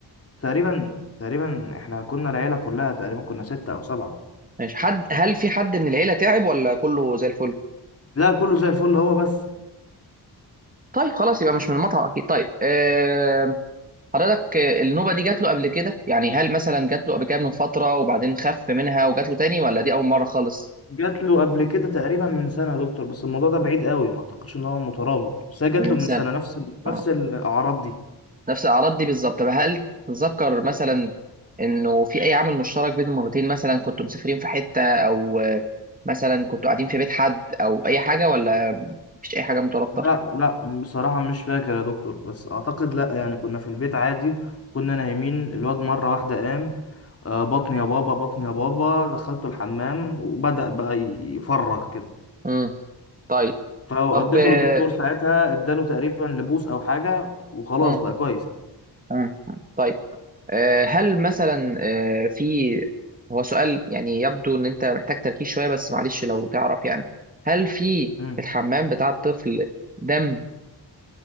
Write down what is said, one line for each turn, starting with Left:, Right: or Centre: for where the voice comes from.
Left: تقريبا تقريبا احنا كنا العيله كلها تقريبا كنا ستة او سبعة
Right: ماشي حد هل في حد من العيلة تعب ولا كله زي الفل؟
Left: لا كله زي الفل هو بس
Right: طيب خلاص يبقى مش من المطعم اكيد طيب أه حضرتك آه، النوبة دي جات له قبل كده؟ يعني هل مثلا جات له قبل كده من فترة وبعدين خف منها وجات له تاني ولا دي أول مرة خالص
Left: جات له قبل كده تقريبا من سنه يا دكتور بس الموضوع ده بعيد قوي ما اعتقدش ان هو مترابط بس هي جات
Right: من
Left: له من
Right: سنة؟
Left: سنه نفس ال... نفس
Right: اه
Left: الاعراض دي
Right: نفس الأعراض دي بالظبط طب هل تتذكر مثلا إنه في أي عامل مشترك بين المرتين مثلا كنتوا مسافرين في حتة أو آه، مثلا كنتوا قاعدين في بيت حد أو أي حاجة ولا مفيش أي حاجة مترابطة؟
Left: لا لا بصراحة مش فاكر يا دكتور بس أعتقد لا يعني كنا في البيت عادي كنا نايمين الواد مرة واحدة قام آه، بطني يا بابا بطني يا بابا دخلته الحمام وبدأ بقى ي- يفرغ كده
Right: امم طيب
Left: فوديته
Right: طب آه،
Left: للدكتور ساعتها اداله تقريبا لبوس أو حاجة وخلاص
Right: مم.
Left: بقى كويس
Right: مم. طيب آه، هل مثلا آه، في هو سؤال يعني يبدو ان انت محتاج تركيز شويه بس معلش لو تعرف يعني هل في
Left: مم.
Right: الحمام بتاع الطفل دم